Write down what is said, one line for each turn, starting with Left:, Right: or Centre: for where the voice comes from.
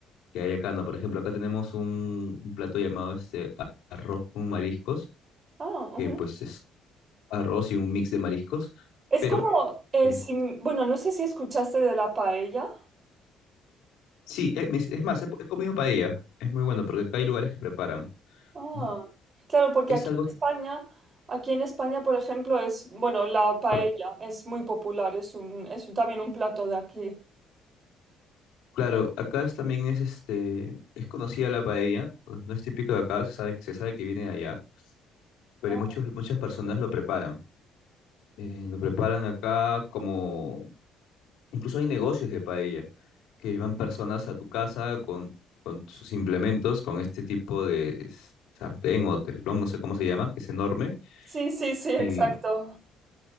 Left: que hay acá, ¿no? Por ejemplo, acá tenemos un, un plato llamado este a- arroz con mariscos,
Right: Ah,
Left: que
Right: ujú.
Left: pues es arroz y un mix de mariscos,
Right: Es
Left: pero
Right: como, eh,
Left: este,
Right: si- bueno, no sé si escuchaste de la paella.
Left: Sí, es, mis- es más, he, he comido paella. Es muy bueno porque acá hay lugares que preparan.
Right: Ah,
Left: Mm,
Right: claro, porque
Left: Es
Right: aquí
Left: algo,
Right: en
Left: que-
Right: España, aquí en España, por ejemplo, es, bueno, la paella
Left: pero,
Right: es muy popular, es un, es un- también un plato de aquí.
Left: claro, acá es- también es este, es conocida la paella. No no es típico de acá, se sabe, se sabe que viene de allá, pero
Right: Ah,
Left: hay muchos, muchas personas lo preparan. Eh, lo preparan acá como, incluso hay negocios de paella, que van personas a tu casa con, con sus implementos, con este tipo de sartén o teflón, no sé cómo se llama, que es enorme,
Right: sí, sí, sí, exacto.
Left: y,